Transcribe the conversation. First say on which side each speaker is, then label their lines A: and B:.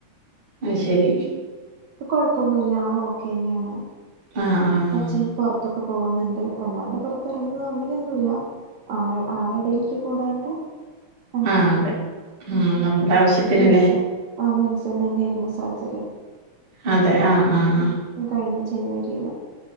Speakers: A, on the right; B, on the right.
A: അയ്ശരി
B: പ്പ കൊഴപ്പൊന്നുല്ല ആള് ഓക്കെന്നെയാണ്
A: ആഹ് ആഹ് ആഹ്
B: പ്പ അച്ഛൻ പൊറത്തൊക്കെ പോകുന്നുണ്ട് വല്ലാണ്ട് പൊറത്ത് എറങ്ങൊ അങ്ങനെയൊന്നുല്ല ആ ആളെടേക്ക് കൂടാണ്ട് അങ്ങനെ
A: ആഹ് ആഹ് ആഹ്
B: അങ്ങനെ
A: അതെ ആഹ്
B: ഉം ഉം
A: നമ്മുടെ ആവശ്യത്തിനില്ലേ
B: മിംസ് ആ മിംസം തന്നെയായിയിരുന്നു സർജറി
A: അതെ ആഹ് ആഹ് ആഹ്
B: ഉം ഈ കഴിഞ്ഞ ജനുവരിയില്